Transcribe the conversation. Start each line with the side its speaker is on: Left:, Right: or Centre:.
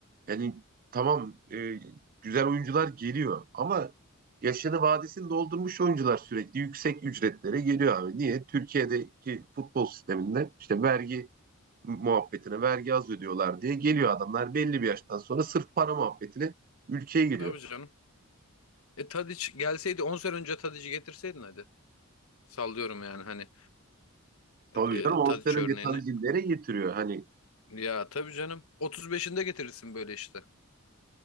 Right: Yani tamam e, güzel oyuncular geliyor ama yaşını vadesini doldurmuş oyuncular sürekli yüksek ücretlere geliyor abi. Niye? Türkiye'deki futbol sisteminde işte vergi muhabbetine vergi az ödüyorlar diye geliyor adamlar belli bir yaştan sonra sırf para muhabbetine ülkeye giriyor.
Left: Tabii canım. E Tadic gelseydi 10 sene önce Tadic'i getirseydin hadi. Sallıyorum yani hani e,
Right: Tabii canım 10
Left: Tadic
Right: sene önce
Left: örneğini.
Right: Tanrı getiriyor. Hani
Left: Ya tabii canım. Otuz beşinde getirirsin böyle işte.